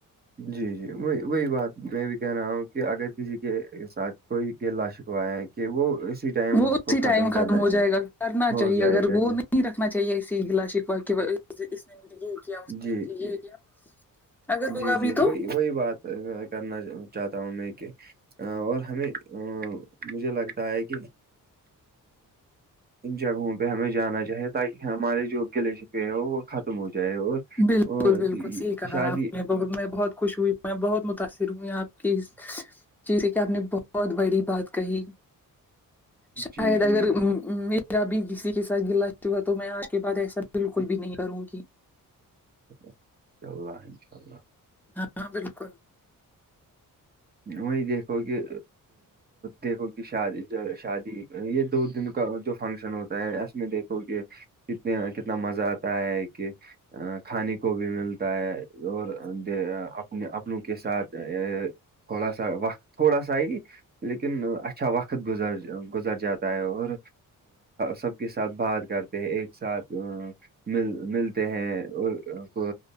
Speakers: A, on the right; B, in the centre.
A: جی جی وہی وہی بات میں بھی کہہ رہا ہوں کہ اگر کسی کے ساتھ کوئی گیلاا شکوا ہے کہ وہ اسی ٹائم
B: وہ
A: اس
B: اسی
A: کو
B: ٹائم
A: کرنا
B: ختم ہو
A: چاہے
B: جائے گا کرنا
A: ہو
B: چاہیے
A: جائے
B: اگر
A: گا
B: وہ نہیں رکھنا چاہیے اسی گلاشکوا بقی اس نے مجھے یہ کیا اس
A: جی
B: نے مجھے کیا اگر
A: جی
B: ہوگا
A: جی
B: بھی تو
A: وہی وہی بات کرنا چاہتا ہوں میں کہ اور ہمیں مجھے لگتا ہے کہ جگہوں پہ ہمیں جانا چاہیے تاکہ ہمارے جو گلے شکوے ہو وہ ختم ہو جائے اور
B: بالکل بالکل صحیح کہا
A: شادی
B: آپ نے میں بہت خوش ہوئی میں بہت متاثر ہوئی آپ کی جیسے کہ آپ نے بہت بڑی بات کہی شاید
A: جی جی
B: اگر میرا بھی کسی کے ساتھ گلا ہوا تو میں آج کے بعد ایسا بالکل بھی نہیں کروں گی کہ
A: انشاء اللہ انشاء اللہ
B: ہاں ہاں بالکل
A: وہی دیکھو کہ دیکھو کہ شادی شادی یہ دو دن کا جو فنکشن ہوتا ہے اس میں دیکھو کہ کتنے کتنا مزہ آتا ہے کہ کھانے کو بھی ملتا ہے اور اپنے اپنوں کے ساتھ تھوڑا سا وقت تھوڑا سا ہی لیکن اچھا وقت گزر گزر جاتا ہے اور سب کے ساتھ بات کرتے ہیں ایک ساتھ مل ملتے ہیں اور کو